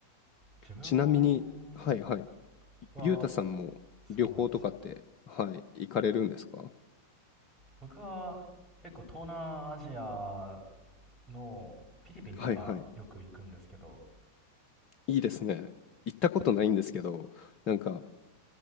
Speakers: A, in the centre; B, on the left (about 35°).
A: 自分
B: ちなみに、はいはい。
A: は、
B: ゆうたさんも旅行とかって、
A: そうなんですよ。
B: はい、行かれるんですか
A: 僕は結構東南アジアのフィリピンとかよく行くんですけど、
B: はいはい。いいですね。行ったことないんですけど、なんか、